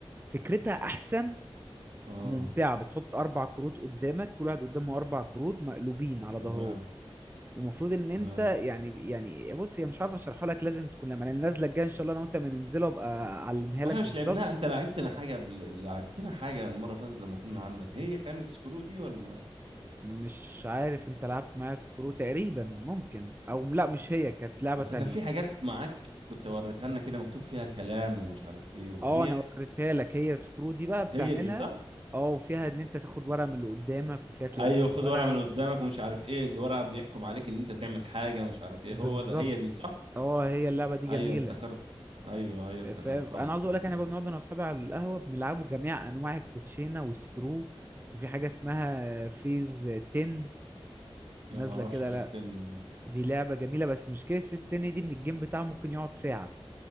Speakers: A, on the right; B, on the right.
A: فكرتها احسن
B: اه
A: وممتعه بتحط اربع كروت قدامك كل واحد قدامه اربع كروت مقلوبين على ظهرهم
B: تمام
A: ومفروض ان
B: تمام
A: انت يعني يعني بص هي مش عارف اشرحها لك لازم تكون لما النازله الجايه ان شاء الله انا وانت بننزله ابقى اعلمها لك
B: واحنا
A: بالظبط
B: مش لعبناها انت لعبتنا حاجه بال- لعبتنا حاجه المره اللي فاتت لما كنا عندك هي كانت سكرو دي ولا
A: مش عارف انت لعبت معايا سكرو تقريبا ممكن او لا مش هي كانت لعبه
B: اصل
A: تانية
B: كان في حاجات معاك كنت وريتها لنا كده مكتوب فيها كلام ومش عارف ايه وهي
A: اه انا
B: دي-
A: وريتها لك هي سكرو دي بقى بتعملها
B: هي دي صح
A: اه وفيها ان انت تاخد ورقة من اللي قدامك وفيها تلبس
B: ايوه خد
A: ورقة
B: ورقه من قدامك ومش عارف ايه اللي ورقه بيحكم عليك ان انت تعمل حاجه مش عارف ايه
A: بالظبط
B: هو ده هي دي صح
A: اه هي اللعبة دي جميلة
B: ايوه افتكرت ايوه ايوه افتكرتها
A: فاهم انا
B: افتكرتها
A: عاوز اقول لك احنا بقى بنقعد انا واصحابي على القهوة بنلعبوا جميع انواع الكوتشينة وسكرو وفي حاجة اسمها فيز 10
B: لا
A: نازلة
B: ما اعرفش
A: كده
B: في
A: لا
B: ستين دي
A: دي لعبة جميلة بس مشكلة فيز 10 دي ان الجيم بتاعها ممكن يقعد ساعة